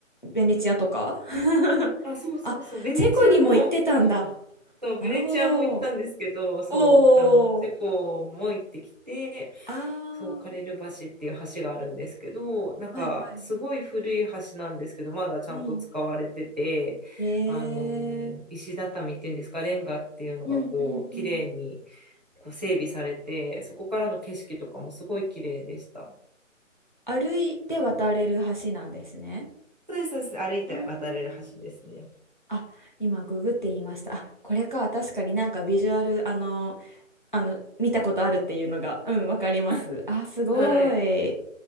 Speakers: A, on the left; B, on the right.
A: ベネチアとか <laughs>
B: うん。あ、そうそうそう。
A: あ、
B: ベネチアも、
A: チェコにも行ってたんだ。
B: <laughs> そう、ベネチアも行ったんですけど、
A: なるほど。
B: そう、
A: おー。
B: あの、チェコも行ってきて、
A: あ
B: そう、カレル橋っていう橋があるんですけど、なんかすごい古い橋なんですけど、
A: ーはいはい。
B: まだちゃんと使われてて、
A: うん。ええ。
B: あの石畳っていうんですか、レンガっていうのがこう、
A: うんうんうん。
B: 綺麗にこう整備されて、そこからの景色とかもすごい綺麗でした。
A: 歩いて渡れる橋なんですね。
B: そうです、そうです。歩いて渡れる橋ですね。
A: あーあ、今ググって言いました。あ、これか。確かになんかビジュアル、あの、あの、見たことあるっていうのが、うん、わかります。
B: <laughs>
A: あ、すごい。
B: はい、